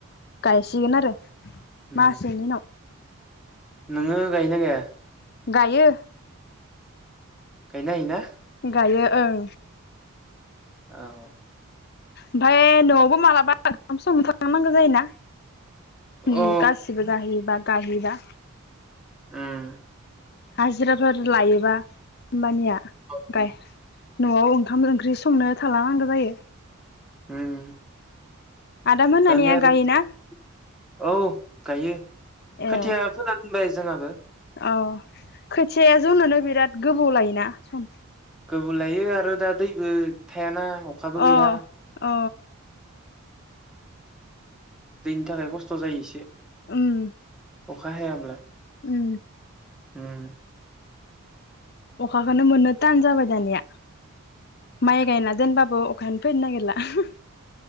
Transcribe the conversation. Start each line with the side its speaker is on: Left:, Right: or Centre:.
Left: गायसिगोन आरो
Centre: उम
Left: मासेनि उनाव
Centre: नोङो गायो ना गाया
Left: गायो
Centre: गाय नो हायो ना
Left: गायो ओं
Centre: औ
Left: ओमफाय न'आवबो मालाबा ओंखाम संनो थालां नांगौ जायोना
Centre: अ
Left: उम गासिबो जाहोयोबा गाहैबा
Centre: उम
Left: हाजिराफोर लायोबा होमबानिया
Centre: <unintelligible>
Left: गाय न'आव ओंखाम ओंख्रि संनो थालां नांगौ जायो।
Centre: हुम
Left: आदाम होननानिया
Centre: दानिया आरो
Left: गायोना
Centre: औ गायो खोथिया
Left: ए
Centre: फोना दोनबाय जोंहाबो
Left: अ खोथियाया जौनोनो बिराद गोबौ लायोना सम
Centre: गोबाव लायो आरो दा दैबो थायाना। अखाबो
Left: अ
Centre: गैया
Left: अ
Centre: दैनि थाखाय खस्थ' जायो इसे।
Left: उम
Centre: अखा हायाब्ला।
Left: उम
Centre: उम
Left: अखाखौनो मोननो थान जाबाय दानिया माइ गायना दोनबाबो अखायानो फैनो नागिरला ओहु।